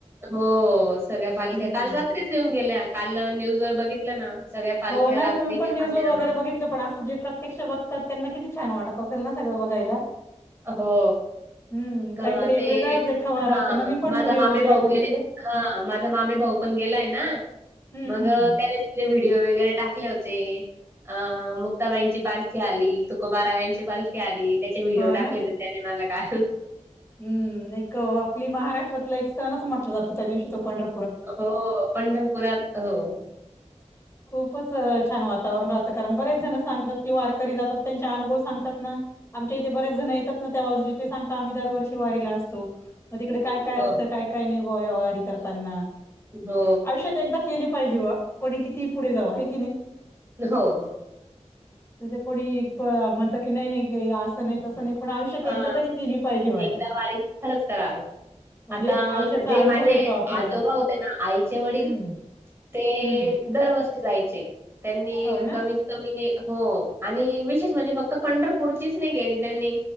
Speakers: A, on the right (about 20°); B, on the left (about 20°).
A: हो सगळ्या पालख्या
B: हम्म
A: काल रात्रीच येऊन गेल्या, काल न्यूज वर बघितलं ना सगळ्या पालख्या
B: हो ना
A: रात्री
B: मी पण
A: आल्या
B: न्यूज वर वगैरे
A: हा
B: बघितलं, पण असं जे प्रत्यक्ष बघतात त्यांना किती छान वाटत असेल ना सगळं बघायला.
A: अ-हो.
B: हम्म
A: ग
B: काहीतरी एक
A: ते
B: वेगळाच देखावा राहतो
A: हं
B: ना मी पण
A: माझा
B: व्हिडिओ
A: मामे
B: वगैरे बघितले
A: गरे हं माझा मामे भाऊ पण गेलाय ना,
B: हम्म
A: मग
B: हम्म
A: त्याने तिथले व्हिडिओ वगैरे टाकले होते. अं मुक्ताबाईंची पालखी आली, तुकोबारायांची पाल खी आली त्याचे व्हिडिओ
B: हो
A: टाकले
B: ना
A: होते त्याने मला काल.
B: हम्म, एक आपली महाराष्ट्रातला एक सणच म्हटला जातो त्या दिवशी तो पंढर
A: हो, पंढरपुरात हं
B: खूपच छान वातावरण राहतं कारण बरेच जण सांगतात, ती वारकरी जातात त्यांचे अनुभव सांगतात ना आमच्या इथे बरेच जण येतात ना, त्या बाजूचे ते सांगता आम्ही दरवर्षी वारीला असतो. मग तिकडे
A: हो,
B: काय- काय असतं, काय- काय नई बॉ वारी करताना. आयुष्यात
A: हो,
B: एकदा केली पाहिजे बॉ, कोणी कितीही पुढे जावो हाय कि नाही.
A: हो.
B: तुझं कोणी म्हणत की, नाही- नाही असं नाही, तसं नाही पण आयुष्यात एकदा
A: हं,
B: तरी केली पाहिजे
A: एकदा वारी खरंच करावी.
B: म्हणजे
A: आता
B: आयुष्याचा
A: म्हणजे
B: अनुभव
A: माझे
B: येतो आपल्याला
A: आजोबा होते ना, आईचे वडील
B: हम्म
A: ते
B: हम्म
A: दरवर्षी जायचे, त्यांनी
B: हो ना
A: कमी कमी हो आणि विशेष म्हणजे फक्त पंढरपूरचीच नही केली त्यांनी.